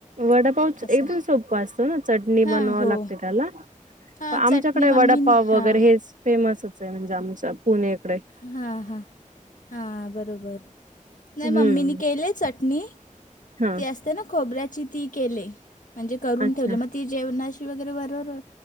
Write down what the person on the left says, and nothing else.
असं
हां
हो
हां
चटणी मम्मीनी
हां
हा हा, हा बरोबर, नाही
मम्मीने केलीये चटणी.
ती असते ना खोबऱ्याची ती केले, म्हणजे करून
ठेवले म ती जेवणाशी वगैरे बरोबर,